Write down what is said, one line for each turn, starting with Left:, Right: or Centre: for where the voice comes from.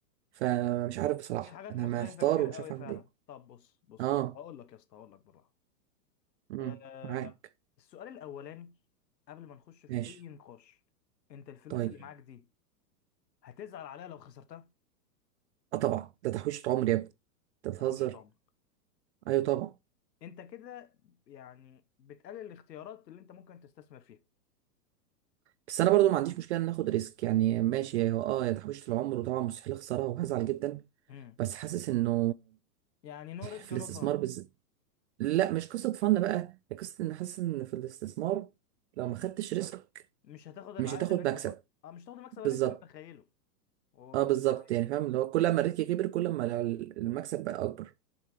Right: فمش عارف بصراحه
Left: في حاجات
Right: انا
Left: مختلفه
Right: محتار
Left: كتير
Right: ومش
Left: قوي
Right: عارف
Left: فعلا
Right: اعمل ايه
Left: طب بص بص
Right: اه
Left: بص هقول لك يا اسطى هقول لك بالراحه
Right: امم
Left: آه
Right: معاك
Left: السؤال الاولاني قبل ما نخش في
Right: ماشي
Left: اي نقاش انت الفلوس
Right: طيب
Left: اللي معاك دي هتزعل عليها لو خسرتها
Right: اه طبعا ده تحويشة عمر يا ابني انت بتهزر
Left: ده هوشه عمرك
Right: ايوه طبعا
Left: فانت كده يعني بتقلل الاختيارات اللي انت ممكن تستثمر فيها
Right: بس انا برضو ما عنديش مشكله ان ناخد ريسك يعني ماشي هو اه يا تحويشة العمر وطبعا مستحيل اخسرها وهزعل جدا
Left: امم
Right: بس حاسس انه
Left: يعني نو ريسك
Right: في
Left: نو
Right: الاستثمار
Left: فان
Right: بز... لا مش قصه فن بقى هي قصه ان حاسس ان في الاستثمار لو ما خدتش ريسك
Left: مش هتاخد العائد
Right: مش هتاخد
Left: اللي انت
Right: مكسب
Left: ف... اه مش هتاخد المكسب
Right: بالظبط
Left: اللي انت متخيله وده
Right: اه بالظبط
Left: ده حقيقي
Right: يعني فاهم اللي هو كل ما الريسك كبر كل ما ال- المكسب بقى اكبر